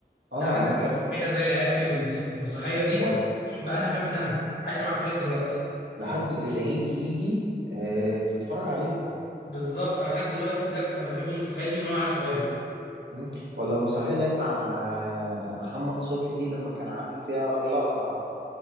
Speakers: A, on the right; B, on the left.
A: آه
B: انت عندك
A: مثلا
B: مسرحيه زي العيال كبرت دي المسرحيه دي
A: ولا-
B: شوف بقى لها كام سنه عايشه معاك لغايه دلوقتي
A: لحد العيد يجي آه تتفرج عليها
B: بالظبط انا لحد دلوقتي بجد انا بحب المسرحيه دي من وانا عيل صغير
A: مم. ولا المسرحية اللي هي بتاع آه، محمد صبحي دي لما كان عامل فيها راجل أقرع